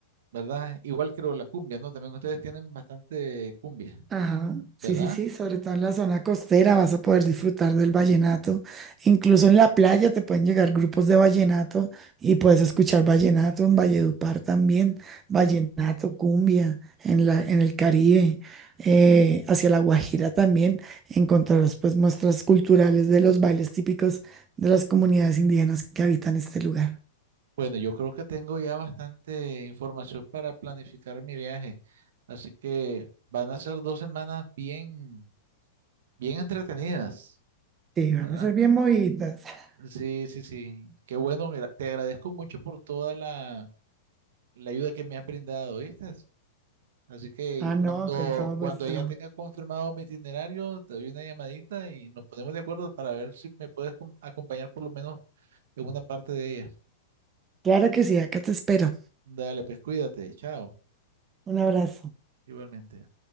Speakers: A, on the right (about 65°); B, on the right (about 25°).
A: ¿verdad? Igual creo la cumbia, ¿no? También ustedes tienen bastante cumbia,
B: Ajá, sí,
A: ¿verdad?
B: sí, sí, sobre todo en la zona costera vas a poder disfrutar del vallenato. Incluso en la playa te pueden llegar grupos de vallenato y puedes escuchar vallenato en Valledupar también, vallenato, cumbia, en la, en el Caribe, eh, hacia La Guajira también encontrarás pues muestras culturales de los bailes típicos de las comunidades indígenas que habitan este lugar.
A: Bueno, yo creo que tengo ya bastante información para planificar mi viaje, así que van a ser dos semanas bien, bien entretenidas,
B: Sí, vamos
A: ¿verdad?
B: a ser bien movidas. <laughs>
A: Sí, sí, sí. Qué bueno, gra- te agradezco mucho por toda la ayuda que me has brindado, ¿viste? Así que
B: Ah, no,
A: cuando,
B: con todo
A: cuando
B: gusto.
A: ya tenga confirmado mi itinerario, te doy una llamadita y nos ponemos de acuerdo para ver si me puedes com- acompañar por lo menos en una parte de ella.
B: Claro que sí, acá te espero.
A: Dale, pues cuídate, chao,
B: Un abrazo.
A: igualmente.